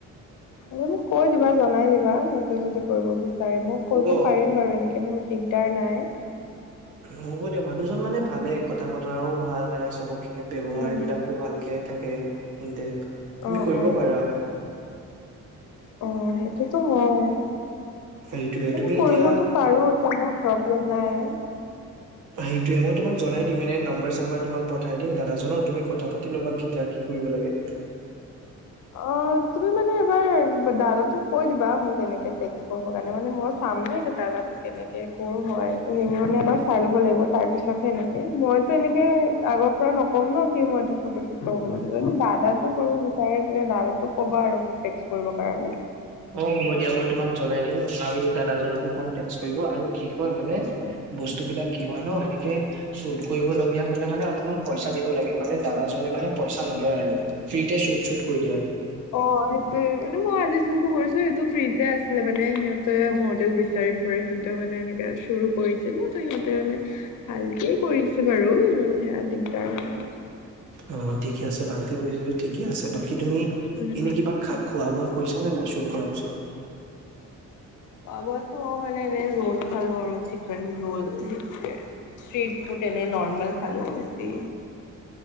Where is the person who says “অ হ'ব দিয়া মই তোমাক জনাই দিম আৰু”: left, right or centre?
Right